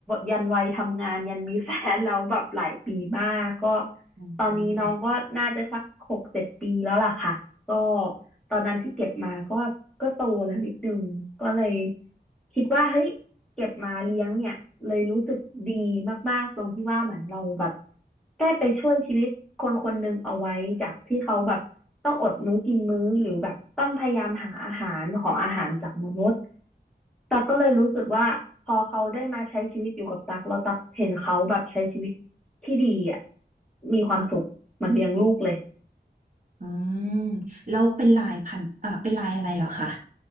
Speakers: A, in the centre; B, on the right.
A: ยันวัยทำงานยันมีแฟนแล้วแบบหลายปีมากก็
B: อืม
A: ตอนนี้น้องก็น่าจะสักหกเจ็ดปีแล้วล่ะค่ะก็ตอนนั้นที่เก็บมาก็ก็โตแล้วนิดนึงก็เลยคิดว่าเฮ้ยเก็บมาเลี้ยงเนี่ยเลยรู้สึกดีมากๆตรงที่ว่าเหมือนเราแบบได้ไปช่วยชีวิตคนคนหนึ่งเอาไว้จากที่เขาแบบต้องอดมื้อกินมื้อหรือแบบต้องพยายามหาอาหารขออาหารจากมนุษย์ ตักก็เลยรู้สึกว่าพอเขาได้มาใช้ชีวิตอยู่กับตักแล้วตักเห็นเขาแบบใช้ชีวิตที่ดีอ่ะมีความสุขเหมือนเลี้ยงลูกเลย
B: ค่ะอืมแล้วเป็นลายพันอ่าเป็นลายอะไรเหรอคะ